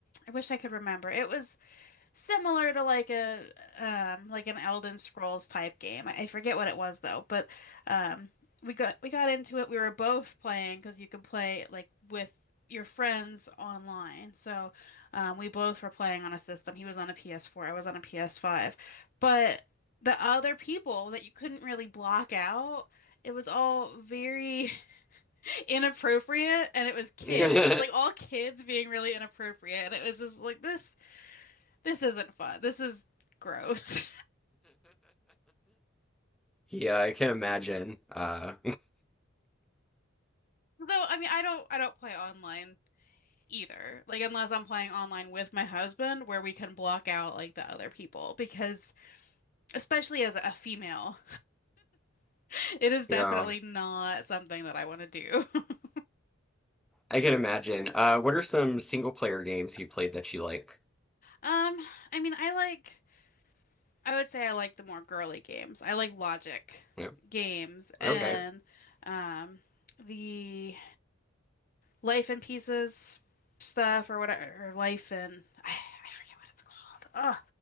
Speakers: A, on the left (about 45°); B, in the centre.
A: I wish I could remember. It was Similar to like a um like an Elden Scrolls type game. I, I forget what it was though, but um we got we got into it. We were both playing because you could play like with your friends online. So um, we both were playing on a system. He was on a PS4, I was on a PS5. But the other people that you couldn't really block out, it was all very <laughs> inappropriate and it was kids.
B: <laughs>
A: Like all kids being really inappropriate. And it was just like this this isn't fun. This is gross. <laughs>
B: Yeah, I can imagine. Uh
A: So, I mean, I don't I don't play online either. Like unless I'm playing online with my husband where we can block out like the other people because especially as a female, <laughs> it is definitely
B: <laughs> yeah,
A: not something that I want to do. <laughs>
B: I can imagine. Uh what are some single player games you played that you like?
A: Um, I mean, I like I would say I like the more girly games. I like logic
B: Yeah.
A: games
B: Okay.
A: and um the Life in Pieces stuff or whatever, or Life in I, I forget what it's called. Oh,